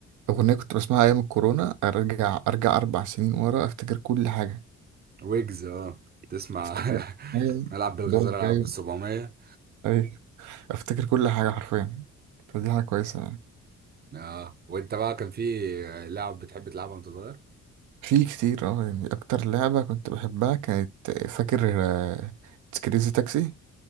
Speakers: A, on the right; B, on the right.
A: اغنيه كنت بسمعها ايام الكورونا ارجع ارجع اربع سنين ورا افتكر كل حاجه
B: ويجز اه تسمع
A: افتكر
B: <laughs>
A: أيوة،
B: العب بالغزاله
A: دورك الجاي
B: العب بال 700
A: اي افتكر كل حاجه حرفيا فدي حاجه كويسه يعني
B: اه وانت بقى كان في لعب بتحب تلعبها وانت صغير
A: في كتير اه يعني اكتر لعبه كنت بحبها كانت فاكر آه، كريزي تاكسي